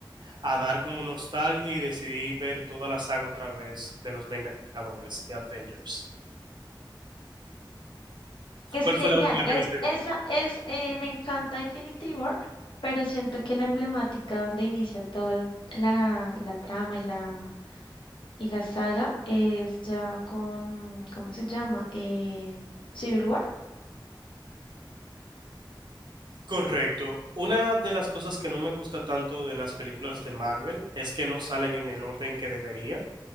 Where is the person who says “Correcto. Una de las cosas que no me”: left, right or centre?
Right